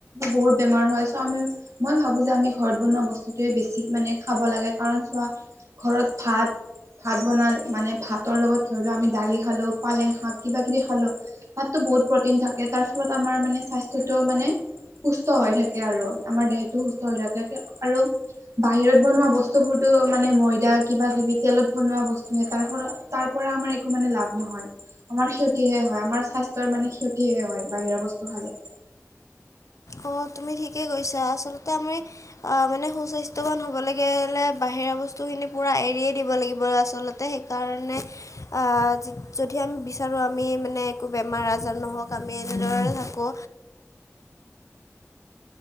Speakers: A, on the right; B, on the left.
A: বহুত বেমাৰ হয় চ' আমি মই ভাবো যে আমি ঘৰত বনোৱা বস্তুতোৱে বেছি মানে খাব লাগে কাৰণ চোৱা ঘৰত ভাত ভাত বনাল মানে ভাতৰ লগত ধৰি লোৱা আমি দালি খালো পালেং শাক কিবা কিবি খালো তাতো বহুত প্ৰটিন থাকে তাৰ ফলত আমাৰ মানে স্বাস্থ্যটো মানে সুস্থ হৈ থাকে আৰু আমাৰ দেহটো সুস্থ হৈ থাকে আৰু বাহিৰত বনোৱা বস্তু বোৰতো মানে ময়দা কিবা কিবি তেলত বনোৱা বস্তু হে তাৰ পৰা তাৰ পৰা আমাৰ একো মানে লাভ নহয় আমাৰ ক্ষতিহে হয় আমাৰ স্বাস্থ্যৰ মানে ক্ষতিহে হয় বাহিৰা বস্তু খালে
B: অ তুমি ঠিকে কৈছা আচলতে আমি আ মানে সুস্বাস্থ্যৱান হ'ব লাগি লে বাহিৰা বস্তুখিনি পুৰা এৰিয়ে দিব লাগিব আচলতে কাৰণে আহ যদি আমি বিচাৰো আমি মানে একো বেমাৰ আজাৰ নহওক আমি এনেদৰে থাকো